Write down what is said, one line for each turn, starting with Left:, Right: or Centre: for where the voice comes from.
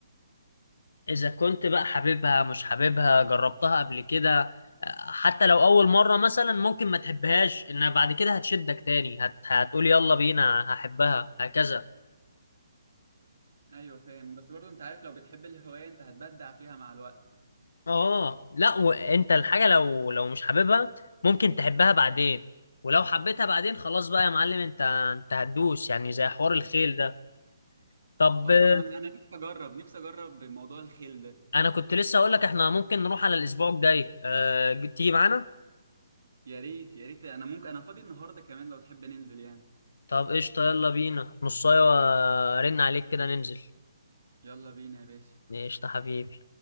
Left: إذا كنت بقى حاببها مش حاببها جربتها قبل كده آه، حتى لو أول مرة مثلا ممكن ما تحبهاش إن بعد كده هتشدك تاني هت... هتقول يلا بينا هحبها هكذا
Right: ايوه فاهم بس برضه انت عارف لو بتحب الهوايه انت هتبدع فيها مع الوقت
Left: آه لا وأنت الحاجة لو لو مش حاببها ممكن تحبها بعدين ولو حبيتها بعدين خلاص بقى يا معلم أنت أنت هتدوس يعني زي حوار الخيل ده طب
Right: اه
Left: آه،
Right: طب انا انا نفسي اجرب نفسي اجرب موضوع الخيل ده
Left: أنا كنت لسه أقول لك إحنا ممكن نروح على الأسبوع الجاي أه... تيجي معانا؟
Right: يا ريت يا ريت انا ممكن انا فاضي النهارده كمان لو تحب ننزل يعني
Left: طب قشطة يلا بينا نصاية رن عليك كده ننزل
Right: يلا بينا يا باشا
Left: قشطة حبيبي